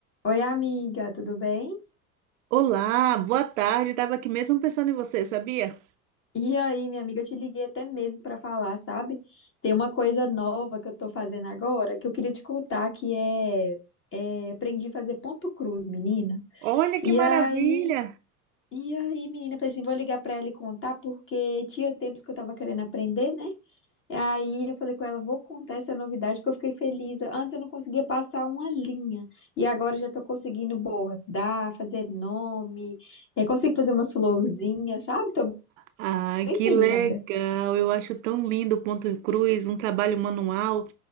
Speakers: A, on the left; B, on the right.
A: Oi, amiga, tudo bem?
B: Olá, boa tarde. Estava aqui mesmo pensando em você, sabia?
A: E aí, minha amiga, eu te liguei até mesmo para falar, sabe? Tem uma coisa nova que eu tô fazendo agora que eu queria te contar que é, é aprendi a fazer ponto cruz, menina.
B: Olha
A: E
B: que maravilha!
A: aí, e aí, menina, eu falei assim, vou ligar para ela e contar porque tinha tempos que eu tava querendo aprender, né? E Aí eu falei com ela, vou contar essa novidade porque eu fiquei feliz. Antes eu não conseguia passar uma linha e agora eu já tô conseguindo bordar, fazer nome, é, consigo fazer umas florzinhas, sabe? Tô
B: Ah,
A: bem
B: que
A: feliz,
B: legal!
A: amiga.
B: Eu acho tão lindo o ponto em cruz, um trabalho manual.